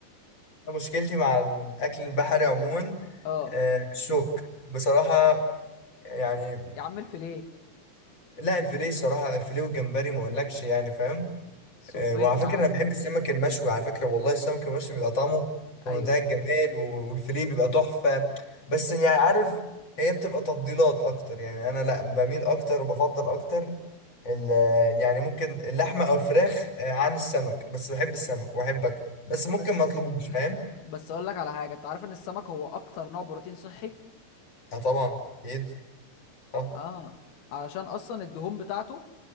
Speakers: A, on the left; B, on the left.
A: مشكلتي مع الاكل البحري عموما
B: اه
A: آه، الشوك بصراحة يعني
B: يا عم الفيليه
A: لا الفيليه صراحة الفيليه والجمبري ما اقولكش يعني فاهم
B: صبيت
A: آه، وعلى
B: يا
A: فكرة
B: عم
A: انا بحب السمك المشوي على فكرة والله السمك المشوي بيبقى طعمه في
B: ايوه
A: منتهى الجمال و- والفيليه بيبقى تحفة بس يعني عارف هي بتبقى تفضيلات اكتر يعني انا لا بميل اكتر وبفضل اكتر ال- يعني ممكن اللحمة او الفراخ آه، عن السمك بس بحب السمك واحبك بس ممكن
B: بس
A: ما اطلبوش فاهم
B: بس اقول لك على حاجه انت عارف ان السمك هو اكتر نوع بروتين صحي
A: اه طبعا اكيد صح
B: اه علشان اصلا الدهون بتاعته